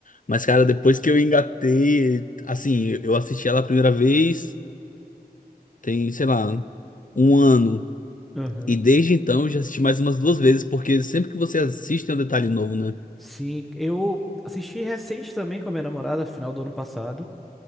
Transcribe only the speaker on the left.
Mas, cara, depois que eu engatei, assim, eu assisti ela a primeira vez, tem, sei lá, um ano.
E desde então eu já assisti mais umas duas vezes, porque sempre que você assiste tem um detalhe novo, né?